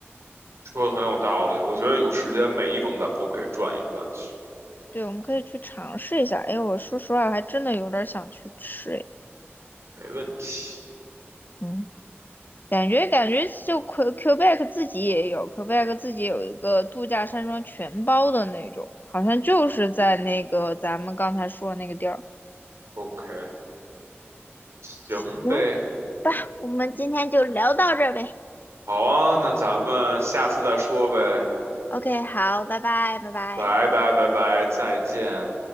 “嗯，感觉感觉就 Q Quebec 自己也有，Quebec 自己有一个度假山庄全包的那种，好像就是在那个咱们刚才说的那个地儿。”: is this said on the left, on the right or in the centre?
Left